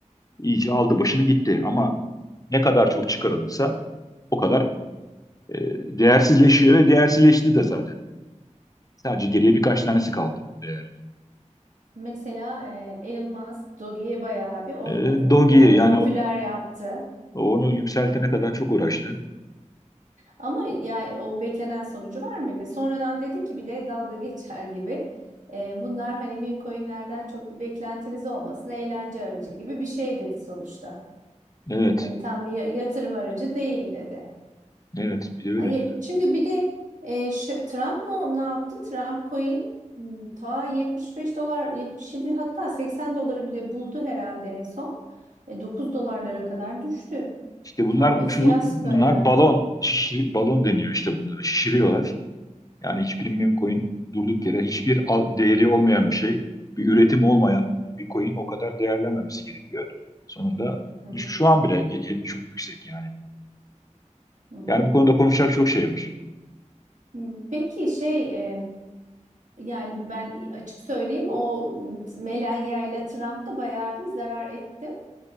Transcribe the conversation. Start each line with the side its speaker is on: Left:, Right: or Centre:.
Left: iyice aldı başını gitti. Ama ne kadar çok çıkarılırsa o kadar E, değersizleşiyor ve değersizleşti de zaten. Sadece geriye birkaç tanesi kaldı değerli.
Right: Mesela e, Elon Musk Doge'ye bayağı bir oynadı
Left: E, Dogi'ye
Right: yani
Left: yani
Right: popüler
Left: o-
Right: yaptı.
Left: onu yükseltene kadar çok uğraştı.
Right: Ama yani o beklenen sonucu vermedi. Sonradan dedik ki bir de dalga geçer gibi. e, bunlar hani meme coinlerden çok bir beklentiniz olmasın. Eğlence aracı gibi bir şey dedi sonuçta.
Left: Evet,
Right: Hani tam bir ya- yatırım aracı değil dedi.
Left: evet bir de öyle
Right: Ay-
Left: dedi.
Right: Çünkü bir de e, şu- Trump ne, ne yaptı? Trump coin hmm, ta 75 dolar 77 hatta 80 doları bile buldu herhalde en son. E, 9 dolarlara kadar düştü.
Left: İşte bunlar
Right: Tam
Left: uçuru,
Right: bir fiyasko
Left: bunlar
Right: yani.
Left: balon, şişir, balon deniyor işte bunlara. Şişiriyorlar. Yani hiçbir meme coin durduk yere hiçbir al- değeri olmayan bir şey, bir üretim olmayan bir coin o kadar değerlenmemesi gerekiyor. Sonunda
Right: Hı hı,
Left: şu, şu an bile y- y- çok yüksek yani.
Right: hı
Left: Yani
Right: hı.
Left: bu konuda konuşacak çok şey var.
Right: Hmm, Peki şey e, yani ben açık söyleyeyim o m, Melania ile Trump da bayağı bir zarar etti.